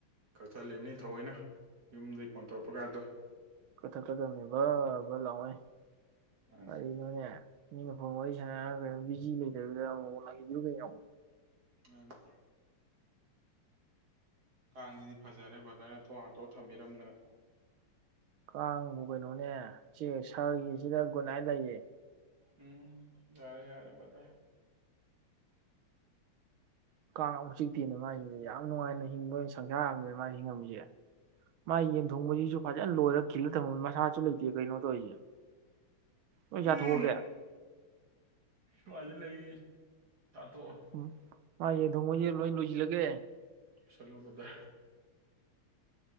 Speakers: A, on the right; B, on the right.
A: ꯀꯛꯊꯠꯂꯤꯝꯅꯤ ꯊꯑꯣꯏꯅ ꯌꯨꯝꯗꯒꯤ ꯐꯣꯟ ꯇꯧꯔꯛꯄ ꯒꯥꯗꯣ
B: ꯀꯊꯛꯀꯗꯝꯅꯤ ꯕꯠ ꯕꯠ ꯂꯥꯎꯉꯩ
A: ꯃꯥꯅꯤ
B: ꯀꯔꯤꯅꯣꯅꯦ ꯃꯤꯅ ꯐꯣꯟ ꯋꯥꯔꯤ ꯁꯥꯟꯅꯔꯒ ꯀꯩꯅꯣ ꯕꯤꯖꯤ ꯂꯩꯇꯕꯤꯗ ꯑꯃꯨꯛ ꯂꯛꯏꯖꯤꯕꯨ ꯀꯩꯅꯣ
A: ꯃꯥꯅ‌ꯦ ꯀꯥꯡꯖꯤꯗꯤ ꯐꯖꯔꯦ ꯕꯗꯔꯅ ꯊꯣꯡ ꯉꯥꯛꯇꯣꯛꯑ ꯊꯝꯕꯤꯔꯝꯗꯅ
B: ꯀꯥꯡꯕꯨ ꯀꯩꯅꯣꯅꯦ ꯆꯤꯛꯑꯒ ꯁꯥꯒꯤꯖꯤꯗ ꯒꯨꯟ ꯅꯥꯏ ꯂꯩꯌꯦ
A: ꯎꯝ ꯌꯥꯔꯦ ꯌꯥꯔꯦ ꯕꯥꯗꯔ
B: ꯀꯥꯡ ꯑꯝꯕꯨꯛ ꯆꯤꯛꯇꯦꯅꯦ ꯃꯥꯏꯖꯤꯗꯤ ꯌꯥꯝ ꯅꯨꯡꯉꯥꯏꯅ ꯍꯤꯡꯕ ꯁꯪꯁꯥꯔꯑꯝꯗꯅꯦ ꯃꯥꯥꯏ ꯍꯤꯡꯉꯝꯃꯤꯖꯦ ꯃꯥꯏ ꯌꯦꯟ ꯊꯣꯡꯕꯖꯤꯁꯨ ꯐꯖ ꯇ ꯂꯣꯏꯔ ꯈꯤꯜꯂ ꯊꯃꯝ ꯃꯥꯁꯖꯨ ꯂꯩꯇꯦ ꯀꯩꯅꯣ ꯇꯧꯏꯖꯦ ꯑꯩ ꯂꯣꯏ
A: ꯎꯝ
B: ꯆꯥꯊꯣꯛꯑꯒꯦ
A: ꯄꯜꯗ ꯂꯩ ꯆꯥꯊꯣꯛꯑꯣ
B: ꯎꯝ ꯃꯥꯏ ꯌꯦꯟ ꯊꯣꯡꯕꯖꯦ ꯂꯣꯏ ꯂꯣꯏꯖꯤꯜꯂꯒꯦ
A: ꯂꯣꯏꯁꯜꯂꯣ ꯕꯥꯗ